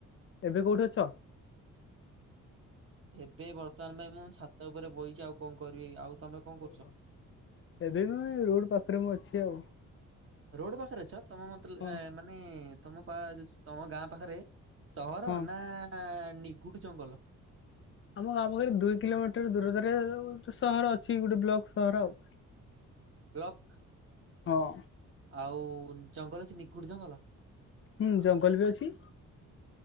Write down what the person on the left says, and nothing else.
ଏବେ କଉଠି ଅଛ?
ଓହୋ ଏବେ ମୁ ରୋଡ଼ ପାଖରେ ମୁଁ ଅଛି ଆଉ।
ହଁ
ହଁ।
ଆମ ଗାଁ ପାଖରେ ଦୁଇ କିଲୋମିଟର ଦୂରତାରେ ସହର ଅଛି ଗୋଟେ ବ୍ଲକ ସହର ଆଉ।
ହଁ।
ହୁଁ ଜଙ୍ଗଲ ବି ଅଛି।